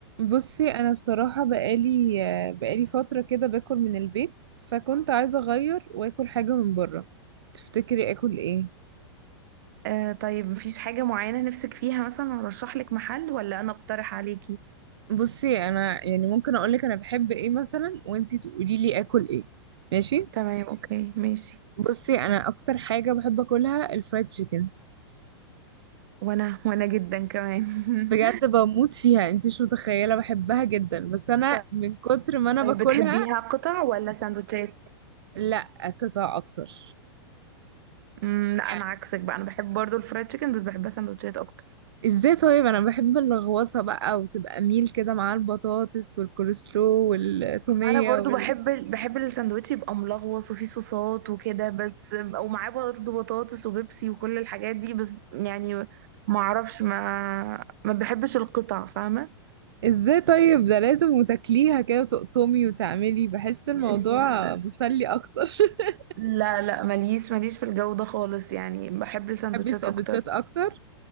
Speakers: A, on the right; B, on the right.
A: بصي انا بصراحة بقالي آه، بقالي فترة كده باكل من البيت فكنت عايزة اغير واكل حاجة من بره تفتكري اكل ايه؟
B: آه طيب مفيش حاجة معينة نفسك فيها مثلا ارشح لك محل ولا انا اقترح عليكي
A: بصي انا يعني ممكن اقولك انا بحب ايه مثلا وانتي تقولي لي اكل ايه ماشي؟
B: تمام اوكي ماشي
A: بصي انا اكتر حاجة بحب اكلها الفرايد تشيكن
B: وانا وانا جدا كمان
A: بجد بموت فيها انت مش متخيله بحبها جدا بس انا
B: <laughs>
A: من كتر ما انا
B: طيب
A: باكلها
B: بتحبيها قطع ولا سندوتشات
A: لا قطع اكتر
B: مم، لا
A: يعني
B: انا عكسك بقى انا بحب برضو الفرايد تشيكن بس بحبها سندوتشات اكتر
A: ازاي طيب انا بحب اللغوصه بقى وتبقى ميل كده مع البطاطس والكولسلو والتوميه
B: ما انا برضو
A: وال...
B: بحب بحب الساندوتش يبقى ملغوص وفيه صوصات وكده بس ومعاه برضو بطاطس وبيبسي وكل الحاجات دي بس يعني ما اعرفش ما ما بحبش القطع فاهمه
A: ازاي طيب ده لازم وتاكليها كده وتقطمي وتعملي بحس الموضوع
B: أمم،
A: مسلي اكتر <laughs>
B: لا لا ماليش ماليش في الجو ده خالص يعني بحب الساندوتشات
A: بتحبي السندوتشات
B: اكتر
A: اكتر